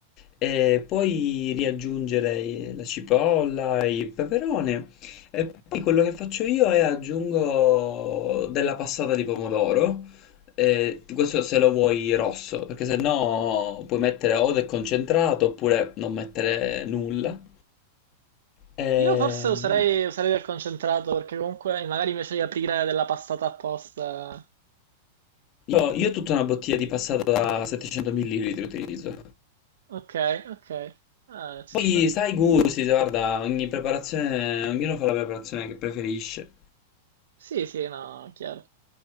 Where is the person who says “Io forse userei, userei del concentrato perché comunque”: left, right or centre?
Right